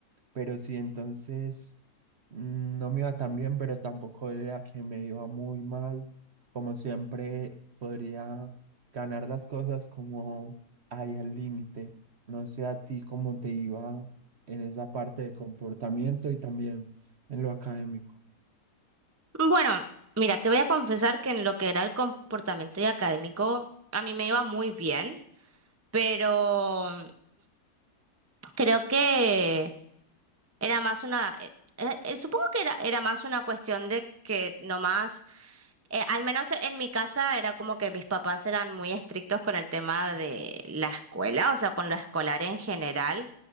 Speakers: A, on the right (about 50°); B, on the right (about 15°).
A: pero sí, entonces mm, no me iba tan bien, pero tampoco era que me iba muy mal. Como siempre, podría ganar las cosas como ahí al límite. No sé a ti cómo te iba en esa parte de comportamiento y también en lo académico.
B: Bueno, mira, te voy a confesar que en lo que era el comportamiento y académico, a mí me iba muy bien, pero Creo que era más una, eh, eh, eh, supongo que era, era más una cuestión de que nomás, eh, al menos en mi casa era como que mis papás eran muy estrictos con el tema de la escuela, o sea, con lo escolar en general,